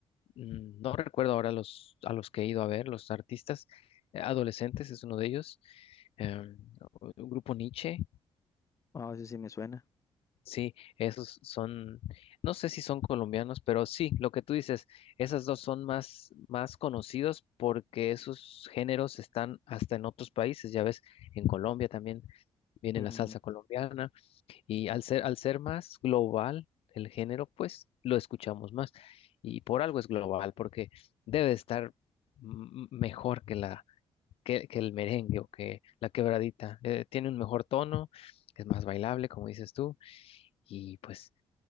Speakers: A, on the left; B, on the left.
A: Mm, No recuerdo ahora los, a los que he ido a ver, los artistas. eh, Adolescentes es uno de ellos. em, o- el grupo Nietzsche.
B: Ah, eso sí me suena.
A: Sí, esos son, no sé si son colombianos, pero sí, lo que tú dices, esas dos son más, más conocidos porque esos géneros están hasta en otros países, ya ves, en Colombia también viene
B: Ujú.
A: la salsa colombiana y al ser, al ser más global el género, pues lo escuchamos más y por algo es global, porque debe de estar mm, mejor que la, que, que el merengue o que la quebradita, eh, tiene un mejor tono, es más bailable, como dices tú, y pues...